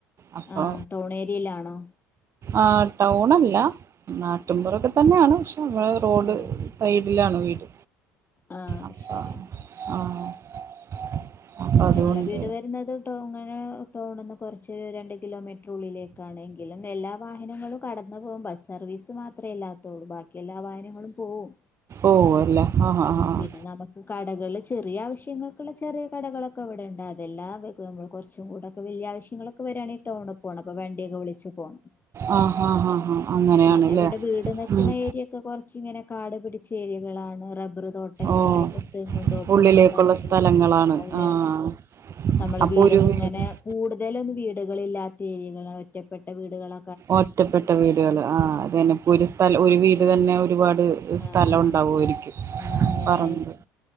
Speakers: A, on the right; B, on the left.
A: അപ്പൊ
B: ആഹ് ടൗണേര്യേലാണോ?
A: ആഹ്. ടൗണ്ടല്ല- നാട്ടുംപൊറൊക്കതന്നാണ്.
B: ആ
A: പക്ഷെ നമ്മുടെ റോഡ്
B: ആ
A: സൈഡിലാണ് വീട്.
B: ആഹ് അത്
A: അപ്പൊ
B: ശര്യാണ്.
A: ആഹ്. അപ്പൊ അതുകൊണ്ട്
B: ഞങ്ങളെ വീട് വരുന്നത് ട്ടോങ്ങനെ ടൗണ്ന്ന് കൊറച്ച് രണ്ട് കിലോമീറ്റ്ര് ഉള്ളിലേക്കാണ് എങ്കിലും എല്ലാ വാഹനങ്ങളും കടന്ന്പോവും ബസ് സർവീസ് മാത്രേ ഇല്ലാത്തൊള്ളൂ. ബാക്കി എല്ലാ വാഹനങ്ങളും പോവും.
A: ഓഹ് അഹ്‌ല്ലേ ആഹ് ആഹ് ആഹ്.
B: പിന്നെ നമുക്ക് കടകള് ചെറിയ ആവശ്യങ്ങൾക്ക്ള്ളെ ചെറിയ കടകളൊ- ക്കെ ഇവടണ്ട്. അതെല്ലാം വെക്കും നമ്മള് കുറച്ചും കൂടൊക്കെ വല്ല്യെ ആവശ്യ- ങ്ങളൊക്കെ വരാണെങ്കി ടൗണ് പോണം. അപ്പൊ. വണ്ടിയൊക്കെ വിളിച്ച് പോണം.
A: ആഹ് ആഹ് ആഹ് ആഹ് ആഹ് അങ്ങനെയാണല്ലേ
B: പിന്നെ ഇവ്ടെ വീട് നിക്ക്ണ
A: ഉം
B: ഏര്യ- ക്കെ കൊറച്ച് ഇങ്ങനെ കാട് പിടിച്ച ഏര്യകളാണ് റബ്ബറ് തോ- ട്ടങ്ങളായിട്ടും
A: ഓഹ്
B: തെങ്ങും തോപ്പുകളൊക്കായിട്ട്ള്ളെര്ത്.
A: ഉള്ളിലേക്കുള്ള സ്ഥലങ്ങളാണ്
B: ഞങ്ങളെ-
A: ആഹ്
B: നമ്മളെ
A: അപ്പൊ
B: വീടൊക്കെ
A: ഒരു വീട്
B: ഇങ്ങനെ- കൂടുതലും വീടുകളില്ലാത്തേരിയകളാണ് ഒറ്റപ്പെട്ട വീടുകളൊ-
A: ഒറ്റപ്പെട്ട വീട്കള്. ആഹ് അത് തന്നെ ഇപ്പൊ ഒരു സ്ഥല ഒരു വീട് തന്നെ ഒരുപാട്-
B: ആഹ്
A: സ്ഥലോണ്ടാവുആയിരിക്കും.
B: ആഹ് ആഹ് അങ്ങനായിട്ട്
A: പറമ്പ്.